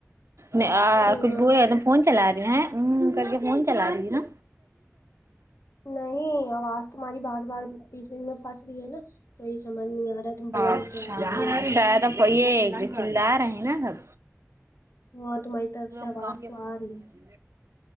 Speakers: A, on the right (about 70°); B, on the left (about 75°).
A: د
B: ہوں
A: کچھ بو دم فون چلا تھا ا کر کے فون چلا رہی نا
B: نہیں آواز تمہاری بار بار بیچ بیچ بی میں پنس رہی ہے نا تو یہ سمجھ نہیں آ رہا تم بول
A: اچھا
B: کیا رہی ہو
A: شاید ا تو یہسلد رہ ہے نا سب
B: ہ تمہاری طرف
A: پورا
B: سے آواز
A: کام یہ
B: تو آ
A: فون
B: رہی ہے